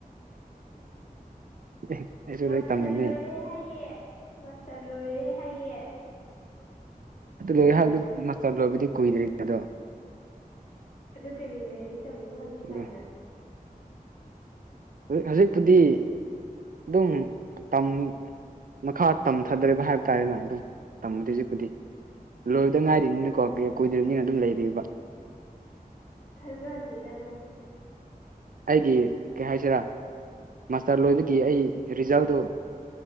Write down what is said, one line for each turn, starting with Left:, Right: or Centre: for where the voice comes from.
Left: ꯎꯝ
Right: <unintelligible>
Left: ꯃꯥꯁꯇꯔ
Right: ꯇꯝꯔꯤꯅꯦ
Left: ꯂꯣꯏꯔꯦ ꯍꯥꯏꯌꯦ ꯃꯥꯁꯇꯔ ꯂꯣꯏꯔꯦ ꯍꯥꯏꯌꯦ
Right: ꯑꯗꯨ
Left: ꯀꯔꯤ
Right: ꯂꯣꯏꯍꯥꯏꯗꯨ ꯃꯥꯁꯇꯔ ꯂꯣꯏꯕꯗꯤ ꯀꯨꯏꯗ꯭ꯔꯤ <unintelligible> ꯑꯗꯣ
Left: ꯑꯗꯨ ꯀꯔꯤ ꯂꯩꯔꯤꯛ ꯇꯝꯃꯤꯕ ꯍꯧꯖꯤꯛꯀꯥꯟꯅ
Right: ꯑꯗꯣ ꯍ ꯍꯧꯖꯤꯛꯄꯨꯗꯤ ꯑꯗꯨꯝ ꯇꯝ ꯃꯈꯥ ꯇꯝꯊꯗ꯭ꯔꯦꯕ ꯍꯥꯏꯕ ꯇꯥꯔꯦꯅ ꯑꯗꯨꯝ ꯇꯝꯃꯗꯤ ꯍꯧꯖꯤꯛꯄꯨꯗꯤ ꯂꯣꯏꯕꯗ ꯉꯥꯏꯔꯤꯅꯤꯝꯅꯀꯣ ꯀꯨꯏꯗ꯭ꯔꯤꯝꯅꯤꯅ ꯑꯗꯨꯝ ꯂꯩꯔꯤꯕ
Left: ꯊꯖꯥꯗꯦꯗ ꯅꯪꯕꯨ
Right: ꯑꯩꯒꯤ ꯀꯩ ꯍꯥꯏꯁꯤꯔꯥ ꯃꯥꯁꯇꯔ ꯂꯣꯏꯕꯒꯤ ꯑꯩ ꯔꯤꯖꯜꯗꯣ